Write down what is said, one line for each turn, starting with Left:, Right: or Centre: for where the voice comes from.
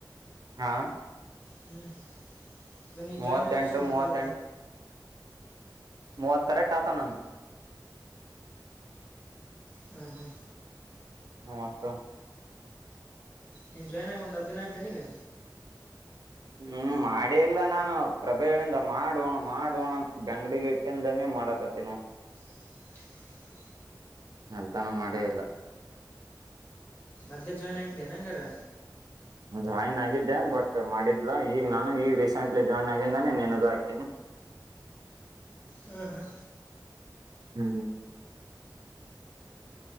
Right: ಹಾ
Left: ಹ್ಮ್ ಅ ನೀ
Right: ಮೂವತ್ತೆಂಟು
Left: ಜಾಯಿನ್ ಆಗಿ ಅಷ್ಟು ಒಂದು
Right: ಮೂವತ್ತೆಂಟು ಮೂವತ್ ಕೇ ಾತ ನಾನ
Left: ಹ್ಮ ಹಾ
Right: ಮತ
Left: ನೀ ಜಾಯನ ಆ ದರ್ ದಿನ ಆಯತನೆಗೆ
Right: ಹ್ಮ್ ಮಾಡಿ ಇಲ್ಲ ನಾನು ಪ್ರಭೆಗಳಿಂದ ಮಾಡುವಣ ಮಾಡೋಣ ಅಂತ ಬೆಂಗ್ಡಿಗೆ ಇಟ್ಟಿಂದನೇ ಮಾಡಕತ್ತಿನ
Left: ಮಾರ
Right: ಮಲ್ತಾಣ ಮಾಡೇ ಇಲ್ಲ
Left: ಮದೇ ಜಾಯನ್ ಆಗಿದೆ ನಂಗರ
Right: ಜಾಯ್ನ್ ಆಗಿದ್ದೆ ಬಟ್ ಮಾಡಿದ್ಲಾ ಈಗ ನಾನು ಈಗ ರೀಸೆಂಟ್ಲಿ ಜಾಯ್ನ್ ಆಗಿಂದಾನೇ ನೆನಗು ಹಾಕ್ತೀನಿ
Left: ಹ್ಮ ಹಾ
Right: ಹ್ಮ್ ಹ್ಮ್